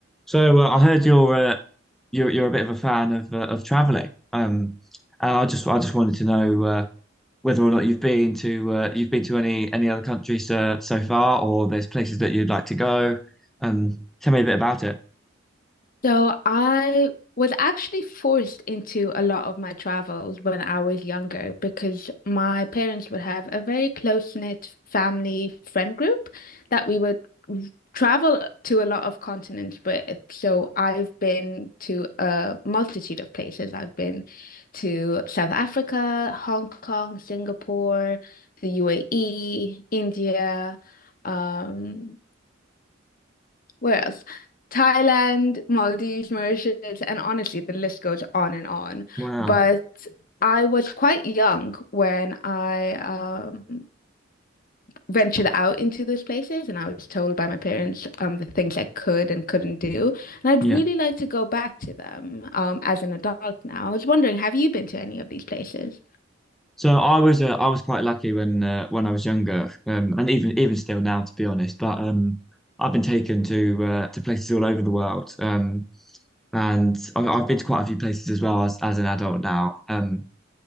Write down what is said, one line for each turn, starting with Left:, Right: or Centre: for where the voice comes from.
Centre: So uh, I heard you're uh, you're you're a bit of a fan of uh, of traveling. Um, and I just I just wanted to know uh, whether or not you've been to uh, you've been to any any other countries uh, so far, or there's places that you'd like to go. Um, tell me a bit about it.
Left: So I was actually forced into a lot of my travels when I was younger because my parents would have a very close-knit family friend group that we would v- travel to a lot of continents with. So I've been to a multitude of places. I've been to South Africa, Hong Kong, Singapore, the UAE, India, um, where else? Thailand, Maldives, Mauritius, and honestly, the list goes on and on.
Centre: Wow.
Left: But I was quite young when I um, ventured out into those places, and I was told by my parents um, the things I could and couldn't do. And I'd
Centre: Yeah.
Left: really like to go back to them um, as an adult now. I was wondering, have you been to any of these places?
Centre: So I was uh, I was quite lucky when uh, when I was younger, um, and even even still now, to be honest. But um, I've been taken to uh, to places all over the world. Um, and I- I've been to quite a few places as well as, as an adult now. Um,